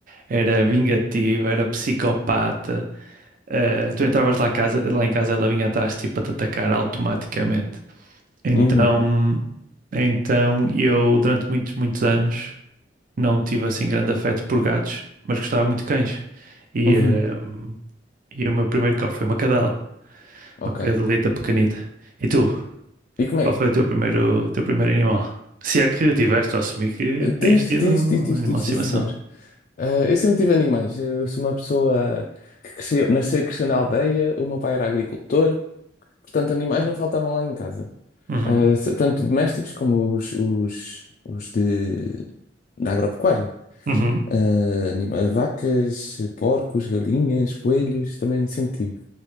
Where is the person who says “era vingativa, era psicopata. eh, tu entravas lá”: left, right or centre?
Right